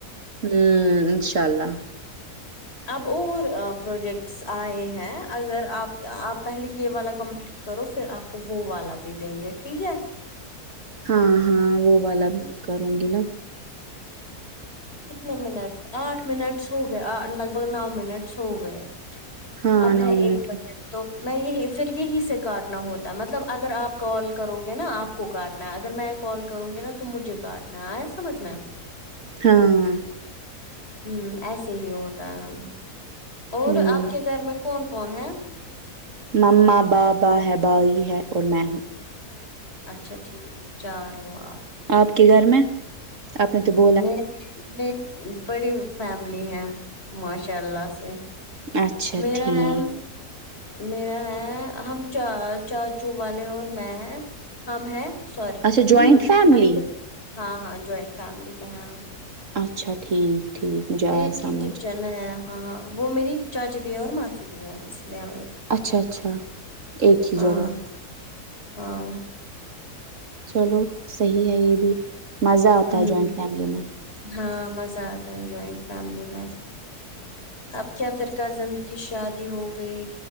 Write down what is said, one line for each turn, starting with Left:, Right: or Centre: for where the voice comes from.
Right: ہوں انشاء اللہ
Left: اب اور پروجیکٹس آئے ہیں اگر آپ آپ پہلے یہ والا کمپلیٹ کرو پھر آپ کو وہ والا بھی دیں گے ٹھیک ہے
Right: ہاں ہاں وہ والا بھی میں کروں گی نا
Left: کتنے منٹس آٹھ منٹس ہو گئے لگ بھگ نو منٹس ہو گئے
Right: ہاں
Left: اب
Right: نامنیٹ
Left: ہے ایک بہن تو میں یہی پھر یہی سے کاٹنا ہوتا ہے مطلب اگر آپ کال کرو گے نا آپ کو کاٹ نہ اگر میں کال کروں گی نا تم مجھے کاٹنا آیا سمجھ میں
Right: ہاں
Left: ہ ایسے ہی ہوتا ہے اور
Right: ہوں
Left: آپ کے گھر میں کون کون ہے
Right: مماں بابا ہے بھائی ہے اور میں ہوں
Left: اچھا ٹھیک چار وہ آپ
Right: آپ کے گھر میں آپ نے تو ب
Left: میری میری بڑی فیملی ہیں ماشاء اللہ سے
Right: اچھا
Left: میرا
Right: ٹھیک
Left: ہے میرا ہے ہم چا چاچو والے ہیں اور میں ہے ہم ہیں سوری
Right: اچھا جوائنٹ فیملی
Left: ہم ہاں ہاں جوائنٹ فیملی میں ہیں ہم
Right: اچھا ٹھیک ٹھیک مجھے آیا
Left: ایک
Right: سمجھ
Left: ہی کچن ہے ہاں وہ میری چاچی بھی ہے اور ماسی بھی ہے اسی لیے ہم ایک
Right: اچھا اچھا ایک ہی
Left: ہاں
Right: جگہ
Left: ہاں
Right: چلو صحیح ہے یہ بھی مزہ
Left: ہوں
Right: آتا ہے جوائنٹ فیملی میں
Left: ہاں مزہ آتا ہے جوائنٹ فیملی میں اب کیا پھر کزنس کی شادی ہو گئی